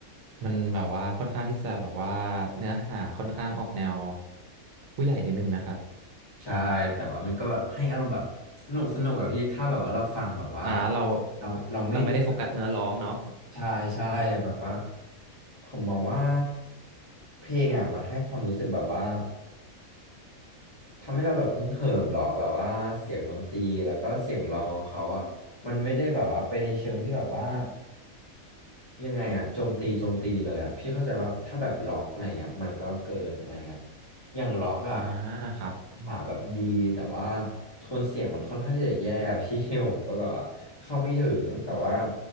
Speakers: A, on the right; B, on the left.
A: มันแบบว่าค่อนข้างที่จะแบบว่าเนื้อหาค่อนข้างออกแนวผู้ใหญ่นิดนึงนะครับ
B: ใช่แต่ว่ามันก็แบบให้อารมณ์แบบสนุกสนุกอะพี่ถ้าแบบว่าเราฟังแบบว่า
A: อ่าเรา
B: เราเราไม่รู้
A: เราไม่ได้โฟกัสเนื้อร้องเนาะ
B: ใช่ใช่แบบว่าผมมองว่าเพลงอะมันให้ความรู้สึกแบบว่าทำให้เราแบบฮึกเหิมหรอแบบว่าเสียงดนตรีแล้วก็เสียงร้องเขาอะมันไม่ได้แบบว่าไปในเชิงที่แบบว่า ยังไงอะโจมตีโจมตีเลยอะพี่เข้าใจว่าถ้าแบบล็อกอะไรเงี้ยมันก็เกินอะไรเงี้ยอย่างล็อกอะ
A: อ่าครับ
B: หาแบบดีแต่ว่าโทนเสียงมันค่อนข้างที่จะแย่อะ <laughs> พี่ <laughs> ผมก็แบบว่าเข้าไม่ถึงแต่ว่า